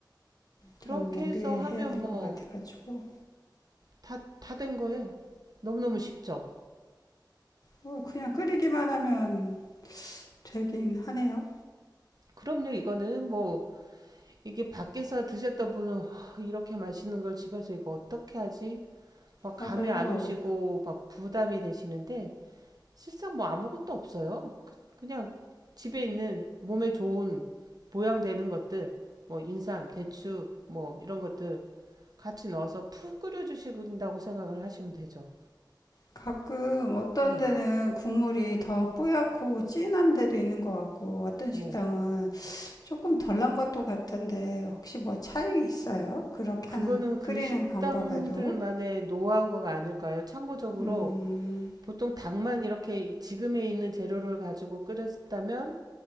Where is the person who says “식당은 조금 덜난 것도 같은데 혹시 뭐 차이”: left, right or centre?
Left